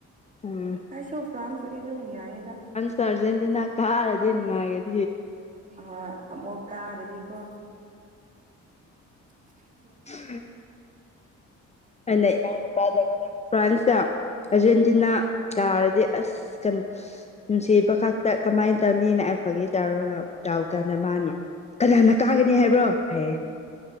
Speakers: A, on the left (about 20°); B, on the right (about 25°).
A: ꯎꯝ
B: ꯑꯩꯁꯨ ꯐ꯭ꯔꯥꯟꯁ ꯄꯨꯗꯤ ꯑꯗꯨꯝ ꯌꯥꯏꯗ
A: ꯑꯔꯖꯦꯟꯇꯤꯟꯅꯥ ꯀꯥꯔꯗꯤ ꯅꯨꯉꯥꯏꯔꯦ
B: ꯑꯥ ꯑꯃꯨꯛ ꯀꯥꯔꯗꯤ ꯀꯣ <unintelligible>
A: <unintelligible> ꯑꯩꯅ ꯏꯅꯥꯎꯅꯨꯄꯥꯒꯅ ꯐ꯭ꯔꯥꯟꯁꯀ ꯑꯔꯖꯦꯟꯇꯤꯅꯥ ꯇꯥꯔꯗꯤ ꯑꯁ ꯅꯨꯡꯁꯤꯕꯉꯥꯛꯇ ꯀꯃꯥꯏꯟ ꯇꯧꯅꯤꯅ ꯑꯩ ꯐꯥꯒꯤ ꯇꯧꯔꯒ ꯇꯥꯎꯀꯥꯟꯗ ꯃꯥꯅ ꯀꯅꯥꯅ ꯀꯥꯒꯅꯤ ꯍꯥꯏꯕ꯭ꯔꯣ ꯍꯥꯏꯌꯦ